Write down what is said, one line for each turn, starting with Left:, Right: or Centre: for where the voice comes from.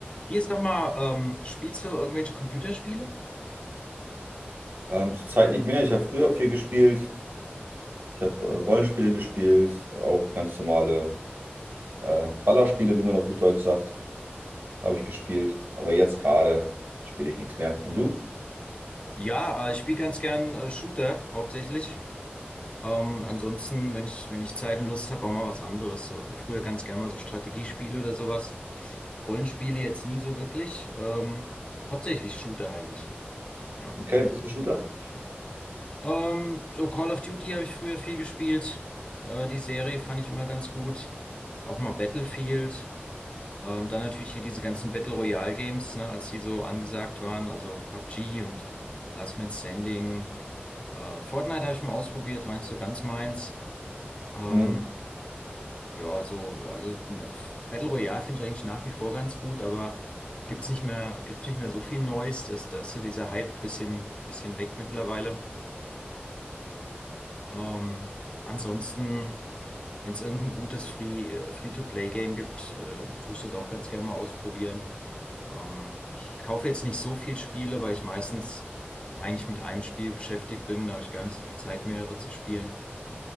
Left: Hier sag mal, ähm, spielst du irgendwelche Computerspiele?
Right: Ähm, zurzeit nicht mehr. Ich habe früher viel gespielt. Ich habe äh, Rollenspiele gespielt, auch ganz normale äh, Ballerspiele, wie man auf gut Deutsch sagt, habe ich gespielt. Aber jetzt gerade spiele ich nichts mehr. Und du?
Left: Ja, äh, ich spiele ganz gern äh, Shooter hauptsächlich. Ähm, ansonsten, wenn ich, wenn ich Zeit und Lust habe, auch mal was anderes. So, so früher ganz gern mal so Strategiespiele oder sowas. Rollenspiele jetzt nie so wirklich. Ähm, hauptsächlich Shooter eigentlich. Ja.
Right: Okay, bist du Shooter?
Left: Ähm, so Call of Duty habe ich früher viel gespielt. Äh, die Serie fand ich immer ganz gut. Auch mal Battlefield. Ähm, dann natürlich hier diese ganzen Battle Royale Games, ne, als die so angesagt waren, also PUBG und Last Man Standing. Äh, Fortnite habe ich mal ausprobiert, war nicht so ganz meins. Ähm,
Right: Mhm.
Left: ja, so, also äh, Battle Royale finde ich eigentlich nach wie vor ganz gut, aber gibt's nicht mehr, gibt's nicht mehr so viel Neues. Das, da ist so dieser Hype bisschen, bisschen weg mittlerweile. Ähm, ansonsten, wenn es irgendein gutes Free, äh, Free-to-Play-Game gibt, äh, tue ich das auch ganz gerne mal ausprobieren. Ähm, ich kaufe jetzt nicht so viel Spiele, weil ich meistens eigentlich mit einem Spiel beschäftigt bin. Da habe ich gar nicht so viel Zeit, mehrere zu spielen.